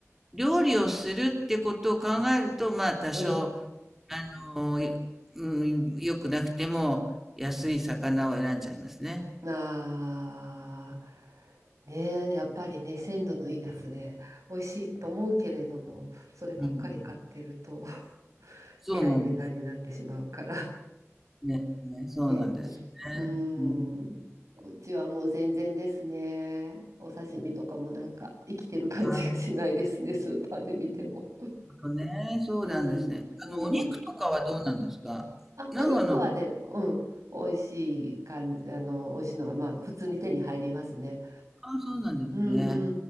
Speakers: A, in the centre; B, on the right.
A: 料理をするってことを考えると、まあ多少、
B: うん。
A: あの、うん、良くなくても安い魚を選んじゃいますね。
B: ああ。ねえ、やっぱりね、鮮度のいいやつで美味しいと思うけれども、そればっかり買ってると、
A: うん。
B: <laughs>
A: そうなんです。
B: えらい値段になってしまうから。
A: ね、ね、そうなんですね。
B: ね、うー
A: うん、
B: ん。こっちはもう全然ですね。お刺身とかもなんか生きてる感じがしないですね、
A: なる
B: スーパーで見ても。
A: ほどね。そうなんですね。
B: うん、うん。
A: あの、お肉とかはどうなんですか長野、
B: あ、お肉はね、うん、美味しい感じ、あの、美味しいのが、まあ、普通に手に入りますね。
A: あ、そうなんですね。
B: うん、う